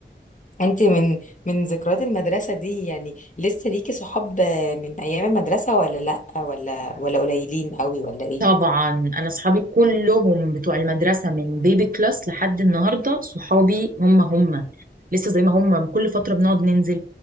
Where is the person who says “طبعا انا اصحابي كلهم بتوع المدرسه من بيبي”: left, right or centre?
Right